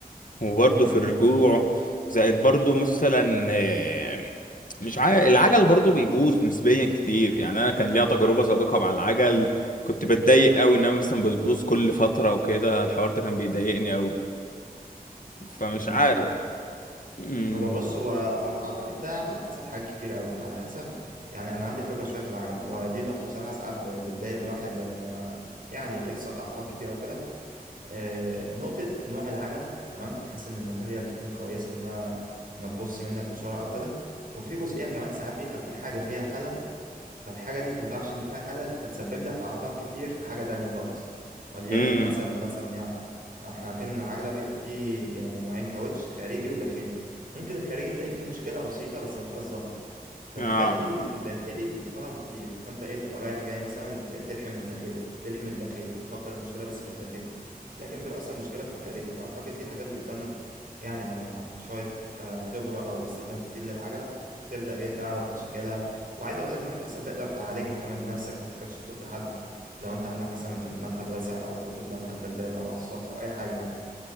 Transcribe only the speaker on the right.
م- م-
م-
م.
هو بص هو هو اعتقد ده على حسب حاجات كتير قوي على حسب يعني انا عندي خبره شويه في العجل ودي نقطه بصراحه ساعات ب- بتضايق الواحد لما يعني يحصل اعطال كتير او كده آه، نقطه نوع العجله تمام بحيث ان الماتيريال تكون كويسه انها ما تبص منك بسرعه او كده وفي جزئيه كمان ساعات بيبقى في حاجه فيها خلل فالحاجة دي انت ما تعرفش ان فيها خلل فتسبب لك اعطال كتير في حاجة تانية خالص وليكن
مثلا مثلا يعني احنا عارفين ان العجلة بيبقى فيه يعني نوعين كاوتش خارجي وداخلي ممكن الخارجي تلاقي فيه مشكلة بسيطة بس ما تبقاش ظاهرة فتخلي
الداخلي يتخرم كتير فانت ايه تبقى رايح جاي مثلا ت- تلحم الداخلي تلحم الداخلي مفكر المشكلة بس في الداخلي لكن بتبقى اصلا مشكلة في الخارجي فاعتقد دي حاجات بتبان يعني مع شوية آه، خبرة او استخدام كتير للعجلة بتبدأ ايه تعرف مشاكلها وعايز اقول لك ان انت اصلا تقدر تعالجها كمان بنفسك ما تحتاجش تروح لحد لو انت عندك مثلا في المدخل واسع او قدام حتى الباب او على السطح او اي حاجه